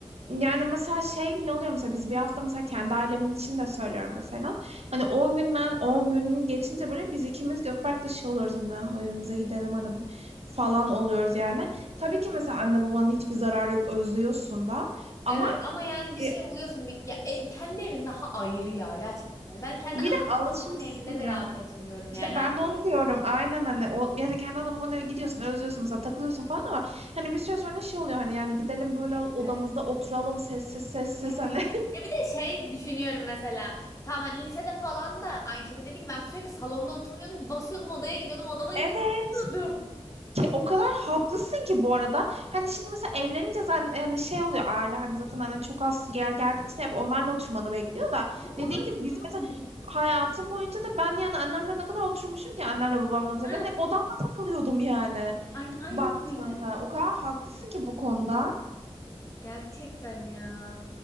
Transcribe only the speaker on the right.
Yani mesela şey bile oluyor mesela biz bir hafta mesela kendi ailemin için de söylüyorum mesela. Hani 10 günden 10 günü geçince böyle biz ikimiz Gökberk dışı oluyoruz hani "Ah, evimize gidelim hani bu- falan oluyoruz yani.
Tabii ki mesela anne babanın hiçbir zararı yok özlüyorsun da ama
e,
bir
de alışmışsın
yani.
İşte ben
de onu diyorum. Aynen hani o mesela kendi ana babana eve gidiyorsun, özlüyorsun mesela takılıyorsun falan ama hani bir süre sonra şey oluyor hani yani gidelim böyle
odamızda oturalım sessiz sessiz
hani.
<laughs> Evet.
Ke- O kadar haklısın ki bu arada. Hani şimdi mesela evlenince zaten yani şey oluyor aile hani zaten hani çok az gel geldiği için hep onlarla oturmanı bekliyor da
dediğin
gibi biz
mesela hayatım boyunca da ben yani annemle ne kadar oturmuşum ki annemle babamla mesela
ben hep odamda takılıyordum yani
baktığında.
O kadar haklısın ki bu konuda.